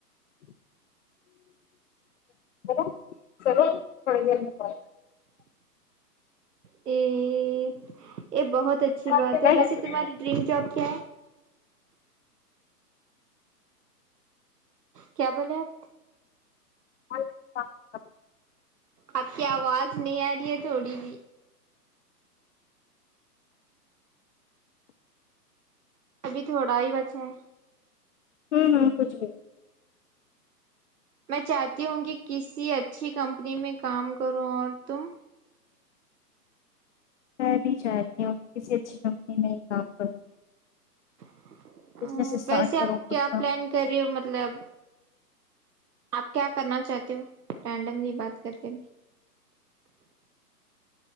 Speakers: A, on the left; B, on the right.
A: ا سلو تھڑ گ میں
B: یہ بہت اچھی
A: کرتے
B: بات ہے
A: ہیں۔
B: ویس تمہاری ڈریم جاب <inaudible> کیا بولے آپ
A: <inaudible>
B: آپ کی آواز نہیں آ رہی ہے تھوڑی بھی ابھی تھوڑا ہی بچ ہے
A: ہاں ہاں کچھ بھ
B: میں چاہتی ہوں گی کسی اچھی کمپنی میں کام کروں اور تم
A: میں بھی چاہتی ہوں کہ کسی اچھی کمپنی میں ہی کام کروں
B: <inaudible>
A: بزنس
B: ا
A: اسٹارٹ
B: ویسے
A: کروں
B: آپ
A: خود
B: کیا
A: کا
B: پلان کر رہی ہو مطلب آپ کیا کرنا چاہتے ہو رینڈملی بات کرتے